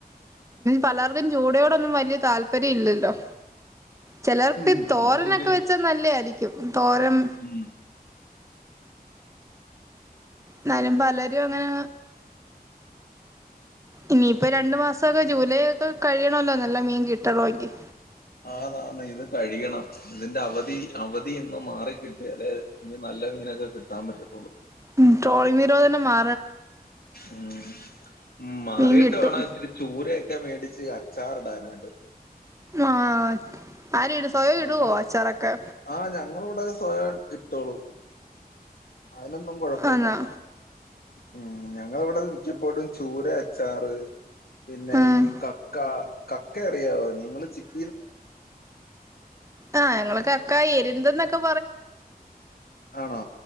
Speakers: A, on the right; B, on the left.
A: പല ചൂടയോടൊന്നും വലിയ താല്പര്യം ഇല്ലല്ലോ ചെലർക്ക്
B: ഉം
A: തോരൻ
B: ചൂടൊക്കെ
A: ഓക്കെ വെച്ച നല്ലേ ആയിരിക്കും തോരൻ
B: ഉം
A: ന്നാലും പലരും അങ്ങനെ ഇനി ഇപ്പോ രണ്ട് മാസം ഒക്കെ ജൂലൈ ഒക്കെ കഴിയാണോല്ലോ നല്ല മീൻ കിട്ടണോങ്കിൽ
B: ആന്ന് ആന്ന് ഇത് കഴിയണം ഇതിന്റ അവധി അവധി ഒന്ന് മാറി കിട്ടിയാലേ ഇനി നല്ല മീൻ ഒക്കെ കിട്ടാൻ പറ്റത്തൊള്ളു
A: മ് ട്രോളി നിരോധനം മാ
B: ഉം ഉം മാറിയിട്ട്
A: മീൻ കിട്ടും
B: വേണം ഇച്ചിരി ചുരയൊ ചൂരയോക്കെ മേടിച് അച്ചാർ ഇടനായിട്ട്
A: ആഹ് ആരയിടും സ്വയം
B: ഞങ്ങൾ
A: ഇടുവോ അച്ചാറൊക്കെ
B: ആഹ് ഞങ്ങൾ ഇവിടെ സ്വയം ഇട്ടോളും അയിന് ഒന്നും കൊഴപ്പൊന്നുവില്ല
A: ആന്നോ
B: ഉം ഞങ്ങൾ ഇവിടെ മി മിക്കപ്പോഴും ചുരയൊ അച്ചാറ് പിന്നെ
A: ഉം
B: ഈ കക്ക കക്കയറായാവോ ഞങ്ങള് ചി-
A: ആ ഞങ്ങള് കക്ക എര്ന്ത് ന്നൊക്കെ
B: ആണോ